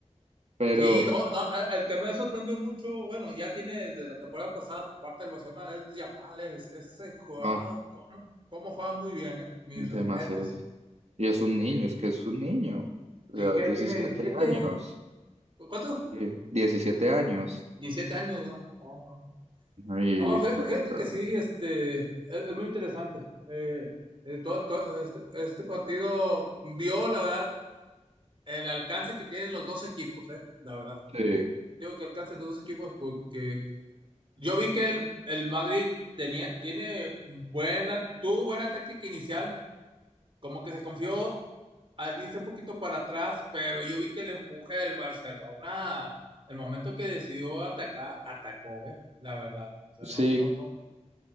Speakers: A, on the right; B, on the right.
A: pero
B: Sí, no, no, el el que me ha sorprendido mucho, bueno, ya tiene desde la temporada pasada por parte del Barcelona, es Yamal, es- ese jugador,
A: ah,
B: cómo, cómo juega muy bien, eh, mis
A: demasiado.
B: respetos.
A: Y es un niño, es que es un niño, o
B: Sí
A: sea,
B: que
A: 17
B: tiene 17,
A: años,
B: ¿cuánto?
A: sí, 17 años.
B: 17 años, ¿no? No, no.
A: Y
B: No,
A: juega.
B: fí- fíjate que sí, este, es, es muy interesante. Eh, eh, todo- todo este, este partido vio, la verdad, el alcance que tienen los dos equipos, eh, la verdad.
A: Sí,
B: Digo que alcance los dos equipos porque Yo vi que el, el Madrid tenía, tiene buena, tuvo buena táctica inicial, como que se confió al irse un poquito para atrás, pero yo vi que el empuje del Barcelona, el momento que decidió atacar, atacó, ¿eh? La verdad. O sea,
A: sí,
B: no, no, no.